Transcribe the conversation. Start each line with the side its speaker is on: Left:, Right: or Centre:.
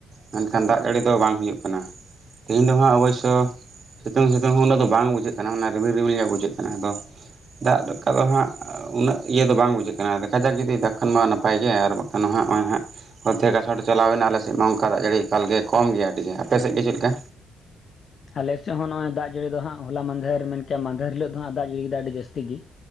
Right: ᱢᱮᱱᱠᱷᱟᱱ ᱫᱟᱜ ᱡᱟᱹᱲᱤ ᱫᱚ ᱵᱟᱝ ᱦᱩᱭᱩᱜ ᱠᱟᱱᱟ᱾ ᱛᱮᱦᱤᱧ ᱫᱚ ᱦᱟᱸᱜ ᱚᱵᱚᱥᱥᱚ ᱥᱤᱛᱩᱝ ᱥᱤᱛᱩᱝ ᱦᱚᱸ ᱩᱱᱟᱹᱜ ᱫᱚ ᱵᱟᱝ ᱵᱩᱡᱷᱟᱹᱜ ᱠᱟᱱᱟ, ᱚᱱᱟ ᱨᱤᱢᱤᱞ ᱨᱤᱢᱤᱞ ᱧᱚᱜ ᱵᱩᱡᱷᱟᱹᱜ ᱠᱟᱱᱟ, ᱟᱫᱚ ᱫᱟᱜ ᱫᱚᱠᱟᱫ ᱫᱚ ᱦᱟᱸᱜ᱾ ᱟᱸ ᱩᱱᱟᱹᱜ ᱤᱭᱟᱹ ᱫᱚ ᱵᱟᱝ ᱵᱩᱡᱷᱟᱹᱜ ᱠᱟᱱᱟ, ᱫᱮᱠᱷᱟ ᱡᱟᱠ ᱡᱩᱫᱤ ᱫᱟᱜᱽ ᱠᱷᱟᱱ ᱢᱟ ᱱᱟᱯᱟᱭ ᱜᱮᱭᱟ ᱟᱨ ᱵᱟᱝᱠᱷᱟᱱ ᱦᱟᱸᱜ ᱦᱚᱸᱜᱼᱚᱭ ᱦᱟᱸᱜ ᱦᱚ ᱛᱮ ᱫᱟᱥᱟᱰᱤ ᱪᱟᱞᱟᱣ ᱮᱱᱟ ᱟᱞᱮ ᱥᱮᱫ ᱢᱟ ᱚᱸᱠᱟ ᱫᱟᱜ ᱡᱟᱹᱲᱤ ᱮᱠᱟᱞ ᱜᱮ ᱠᱚᱢ ᱜᱮᱭᱟ ᱟᱹᱰᱤ ᱜᱮ, ᱟᱯᱮ ᱥᱮᱜ ᱜᱮ ᱪᱮᱫ ᱞᱮᱠᱟ?
Left: ᱟᱞᱮ ᱥᱮᱫ ᱦᱚᱸ ᱱᱚᱜᱼᱚᱭ ᱫᱟᱜ ᱡᱟᱹᱲᱤ ᱫᱚ ᱦᱟᱸᱜ ᱦᱚᱞᱟ ᱢᱟᱸᱫᱷᱮᱨ ᱢᱮᱱ ᱠᱮᱜᱼᱟ ᱢᱟᱸᱫᱷᱮᱨ ᱦᱤᱞᱟᱹᱜ ᱫᱚ ᱦᱟᱸᱜ ᱫᱟᱜ ᱡᱟᱹᱲᱤ ᱠᱮᱫᱟ ᱟᱹᱰᱤ ᱡᱟᱹᱥᱛᱤ ᱜᱮ ᱾